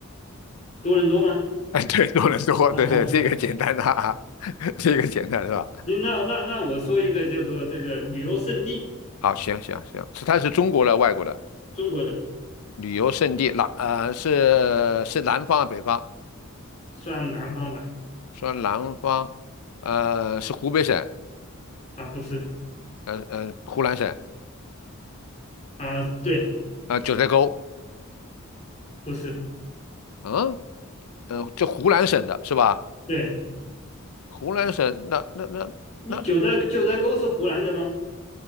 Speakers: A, on the left; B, on the left.
A: 多伦多吗？<laughs>
B: 哎，对，多伦多，
A: 啊，
B: 对对，这个简单的啊，<laughs> 这个简单是吧？
A: 行，那那那我说一个，就是说这个旅游胜地，
B: 好，行行行，是它是中国的、外国的
A: 中国的
B: 旅游胜地，南呃是是南方啊，北方？
A: 算南方吧？
B: 说南方，呃是湖北省，
A: 啊，不是
B: 呃呃湖南省
A: 啊、对。
B: 啊、九寨沟，
A: 不是，
B: 嗯嗯，就湖南省的是吧？
A: 对，
B: 湖南省那那那那
A: 你九寨九寨沟是湖南的吗？